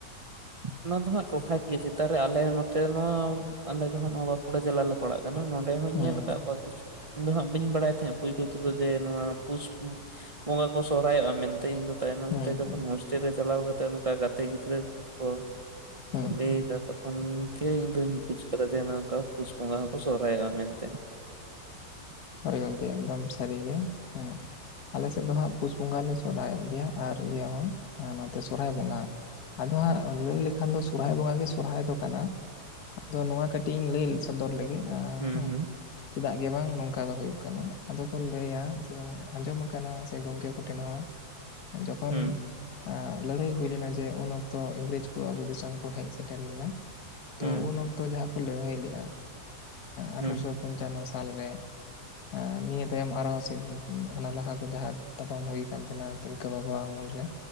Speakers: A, on the right; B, on the left.
A: ᱚᱱᱟ ᱫᱚ ᱦᱟᱸᱜ ᱴᱚᱴᱷᱟ ᱠᱤᱭᱟᱹ ᱪᱮᱛᱟᱱ ᱨᱮ ᱟᱞᱮ ᱱᱚᱛᱮ ᱱᱚᱣᱟ ᱟᱞᱮ ᱫᱚ ᱦᱟᱸᱜ ᱱᱚᱣᱟ ᱵᱟᱸᱠᱩᱲᱟ ᱡᱮᱞᱟ ᱞᱮ᱾ ᱯᱟᱲᱟᱜ ᱠᱟᱱᱟ ᱾ᱱᱚᱰᱮ ᱦᱚᱸᱧ
B: ᱦᱩᱸ
A: ᱧᱮᱞ ᱟᱠᱟᱫ ᱠᱚ᱾ ᱫᱚ ᱦᱟᱸᱜ ᱵᱟᱹᱧ ᱵᱟᱲᱟᱭ ᱛᱟᱦᱮᱸ ᱯᱩᱭᱞᱳ ᱛᱮᱫᱚ ᱡᱮ ᱱᱚᱣᱟ ᱯᱩᱥ᱾ ᱵᱚᱸᱜᱟ ᱠᱚ ᱥᱚᱨᱚᱦᱚᱜᱼᱟ ᱢᱮᱱᱛᱮ ᱤᱧ ᱫᱚ᱾ ᱛᱟᱭᱱᱚᱢ
B: ᱦᱩᱸ
A: ᱛᱮ
B: ᱦᱩᱸ
A: ᱡᱚᱠᱷᱚᱱ ᱦᱳᱥᱴᱮᱞ ᱨᱮ ᱪᱟᱞᱟᱣ ᱠᱟᱛᱮᱜ ᱚᱱᱠᱟ ᱜᱟᱛᱮ ᱜᱤᱫᱽᱨᱟᱹ ᱠᱚ᱾
B: ᱦᱩᱸ
A: ᱞᱟᱹᱭ
B: ᱦᱩᱸ
A: ᱫᱟ ᱛᱚ᱾ ᱚᱱᱜᱮ ᱤᱧ ᱫᱩᱧ ᱵᱩᱡ ᱠᱟᱫᱟ ᱡᱮ ᱚᱱᱮ ᱚᱱᱠᱟ ᱯᱩᱥ ᱵᱚᱸᱜᱟ ᱦᱚᱸᱠᱚ ᱥᱚᱦᱨᱟᱭᱚᱜᱼᱟ ᱢᱮᱱᱛᱮ᱾ <unintelligible>
B: ᱦᱳᱭ ᱜᱚᱢᱠᱮ ᱮᱠᱫᱚᱢ ᱥᱟᱹᱨᱤ ᱜᱮ ᱦᱮᱸ᱾ ᱟᱞᱮ ᱥᱮᱫ ᱫᱚ ᱦᱟᱸᱜ ᱯᱩᱥ ᱵᱚᱸᱜᱟ ᱞᱮ ᱥᱚᱨᱦᱟᱭᱚᱜ ᱜᱮᱭᱟ ᱟᱨ ᱤᱭᱟᱹ ᱦᱚᱸ ᱱᱚᱛᱮ ᱥᱚᱨᱚᱦᱟᱭ ᱵᱚᱸᱜᱟ᱾ ᱟᱫᱚ ᱦᱟᱸᱜ ᱞᱟᱹᱭ ᱞᱮᱠᱷᱟᱱ ᱫᱚ ᱥᱚᱨᱦᱟᱭ ᱵᱚᱸᱜᱟ ᱜᱮ ᱥᱚᱨᱦᱟᱭ ᱫᱚ ᱠᱟᱱᱟ, ᱟᱫᱚ ᱱᱚᱣᱟ ᱠᱟᱹᱴᱤᱡ ᱤᱧ ᱞᱤᱞ ᱥᱚᱫᱚᱨ ᱞᱮᱜᱮ ᱟ
A: ᱦᱩᱸ
B: ᱦᱮᱸ
A: ᱦᱩᱸ
B: ᱪᱮᱫᱟᱜ ᱜᱮ ᱵᱟᱝ ᱱᱚᱝᱠ ᱠᱟ ᱫᱚ ᱦᱳᱭᱳᱜ ᱠᱟᱱᱟ ᱟᱫᱚ ᱠᱚ ᱞᱟᱹᱭᱟ ᱡᱮ ᱟᱸᱡᱚᱢ ᱠᱟᱱᱟ ᱥᱮ ᱜᱚᱝᱠᱮ ᱠᱚᱴᱷᱮᱱ ᱦᱚᱸ᱾ ᱡᱚᱠᱷᱚᱱ
A: ᱦᱩᱸ
B: ᱟᱸ ᱞᱟᱹᱲᱦᱟᱹᱭ ᱦᱩᱭ ᱞᱮᱱᱟ ᱡᱮ ᱩᱱ ᱚᱠᱛᱚ ᱤᱝᱨᱮᱪ ᱠᱚ ᱟᱵᱚ ᱫᱤᱥᱚᱢ ᱠᱚ ᱦᱮᱡ ᱥᱮᱴᱮᱨ ᱞᱮᱱᱟ᱾ ᱛᱚ
A: ᱦᱩᱸ
B: ᱩᱱ ᱚᱠᱛᱚ ᱡᱟᱦᱟᱸ ᱠᱚ ᱞᱟᱹᱲᱦᱟᱹᱭ ᱞᱮᱜᱼᱟ ᱟᱴᱷᱚᱨᱚᱥᱚ
A: ᱦᱩᱸ
B: ᱯᱚᱧᱪᱟᱱᱱᱚ ᱥᱟᱞᱨᱮ᱾ ᱦᱮᱸ ᱱᱤᱭᱟᱹ ᱛᱟᱭᱚᱢ ᱟᱨᱚ ᱥᱤᱵ ᱚᱱᱟ ᱞᱟᱦᱟ ᱠᱚ ᱡᱟᱦᱟᱸ ᱛᱟᱯᱟᱢ ᱦᱩᱭ ᱠᱟᱱ ᱛᱟᱦᱮᱱᱟ ᱛᱤᱞᱠᱟᱹ ᱵᱟᱵᱟᱣ ᱟᱢᱚᱞ ᱨᱮ᱾